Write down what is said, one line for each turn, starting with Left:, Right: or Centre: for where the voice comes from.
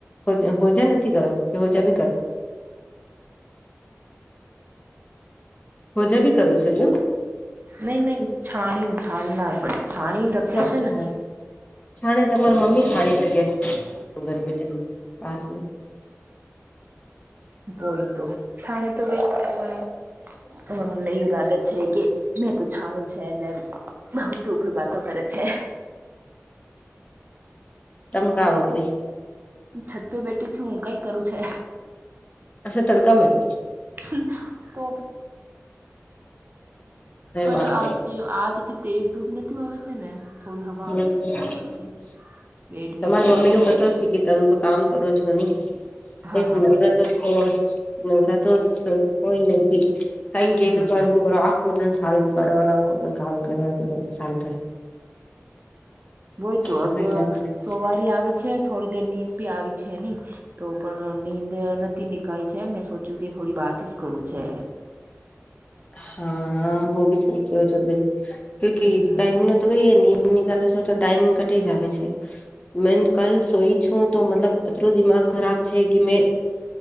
Left: હોજા નથી કરો કે, હોજા ભી કરો. હોજા બી કરો છો એ.
Right: નહી, નહી છાણીને, છાણીનાર પણ છાણીને ધકે
Left: સબ
Right: છે
Left: છાણ
Right: ને.
Left: છાણે તમારા મમ્મી છાણી શકે્યાર <unintelligible>
Right: બોલ તો, છણ તો ભાઈને એ લાગત છે કે. મેં તો છાણું છે ને, બહુ ઉપરું વાતો કરે છે.
Left: તમકાાવ ભી <unintelligible>
Right: છત બેટી છું, હુ કઈ કરું છે.
Left: અચ્છા તડકામાં
Right: હ તો. પર
Left: બાપરે
Right: આજે આજથી તેજ ધૂપ નથી હો છે ને. થોડી હવા
Left: હ <unintelligible>
Right: આવે છે તો ઠીક છે બેઠ
Left: તમારા
Right: ગઈ છે
Left: મમ્મી નું પતો <inaudible> છે કે તમ તો. કામ કરો છો ની કંઈક
Right: હા
Left: ને એક
Right: હા
Left: નગતો
Right: બધું જ
Left: છો, નવરા તો <unintelligible> કોઈ નથી કઈ ગઈ
Right: હમ
Left: તો કર. <inaudible> કો સારું કરના કો કામ કરે કરવાર. <unintelligible>
Right: વોઇ તો
Left: ટેન્શન
Right: અબ યા સોવારી
Left: છે
Right: આવે છે. થોડી દેર નીંદ બી આવી છે નહી. તો પણ નીંદ નથી નીકળી છે મેં સોચ્યું કે થોડી બાત જ કરું છે.
Left: હા વો ભી સહી કેય છો બેન કયુકી
Right: હમ
Left: ટાઈમ નો. તો કઇ ની નિકાલો છ તો ટાઈમ કટી જા આવે છે. મે કાલ સોઈ છું તો મતલબ અતરો દિમાગ ખરાબ છે કે મેં.